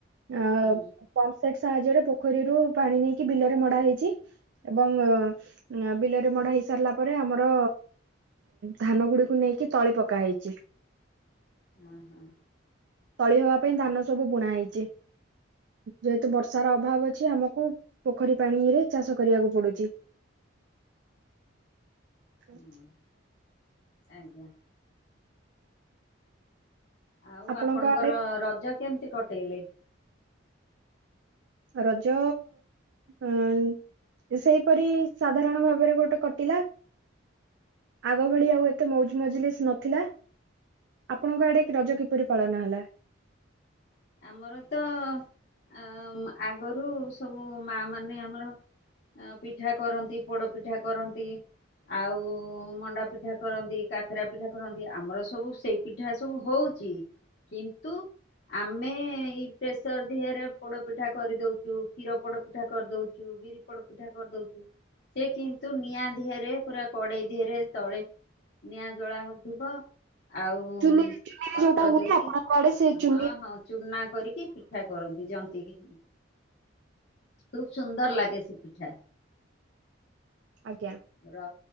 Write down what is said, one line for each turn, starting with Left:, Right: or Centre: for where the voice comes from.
Right: ପମ୍ପ
Left: ହୁଁ
Right: ସେଟ ସାହାରେ ପୋଖରୀରୁ ପାଣି ନେଇକି ବିଲରେ ମଡା ହେଇଛି ଏବଂ ବିଲରେ ମାଡ଼ା ହେ ସାରିଲା ପରେ ଆମର ଧାନ ଗୁଡିକୁ ନେଇକି ତଳି ପକା ହେଇଛି।
Left: ହୁଁ ହୁଁ।
Right: ତଳି ହବା ପାଇଁ ଧାନ ସବୁ ବୁଣା ହେଇଛି। ଯେହେତୁ ବର୍ଷାର ଅଭାବ ଅଛି ଆମକୁ ପୋଖରୀ ପାଣି ରେ ଚାଷ କରିବାକୁ ପଡୁଛି। ହୁଁ।
Left: ହଁ ଆଜ୍ଞା। ଆଉ
Right: ଆପଣଙ୍କ
Left: ଆପଣଙ୍କର
Right: ଆଡେ
Left: ରଜ କେମିତି କଟେଇଲେ।
Right: ରଜ ଏଁ ଏଁ ସେଇପରି ସାଧାରଣ ଭାବରେ ଗୋଟେ କଟିଲା। ଆଗ ଭଳି ଆଉ ଏତେ ମଉଜ ମଜଲିସ୍ ନଥିଲା। ଆପଣଙ୍କ ଆଡେ ରଜ କିପରି ପାଳନ ହେଲା।
Left: ଆମର ତ ଅ ଆଗରୁ ସବୁ ମା ମାନେ। ମାନେ ଆମର ପିଠା କରନ୍ତି ପୋଡ ପିଠା କରନ୍ତି। ଆଉ ମଣ୍ଡା ପିଠା କରନ୍ତି କାକରା ପିଠା କରନ୍ତି ଆମର ସବୁ ସେଇ ପିଠା ସବୁ ହଉ। ଚି କିନ୍ତୁ। ଆମେ ଏଇ ପ୍ରେସର ଦିହରେ ପୋଡ଼ପିଠା କରିଦେଉଛୁ। କ୍ଷୀର ପୋଡ ପିଠା କରିଦଉଛୁ ବିିରି ପୋଡ ପିଠା କରିଦଉଛୁ ସେ କିନ୍ତୁ ନିଆଁ ଦିହରେ। ପୁରା କଡେଇ ଦେହରେ ତଳେ ନିଆଁ ଜଳା ହଉଥିବ। ଆଉ
Right: ଚୁ ଚୁିରେ
Left: ପତ୍ର
Right: ଯୋଉଟା ହୁଏ
Left: ଦେଇକି
Right: ଆପଣଙ୍କଡ ସେ ଚୁ
Left: ହଁ ହଁ ଚୁନା କରିକି ପିଠା କରନ୍ତି ଜନ୍ତି କିି। ଖୁବ ସୁନ୍ଦର ଲାଗେ ସେ ପିଠା।
Right: ଆଜ୍ଞା।
Left: ର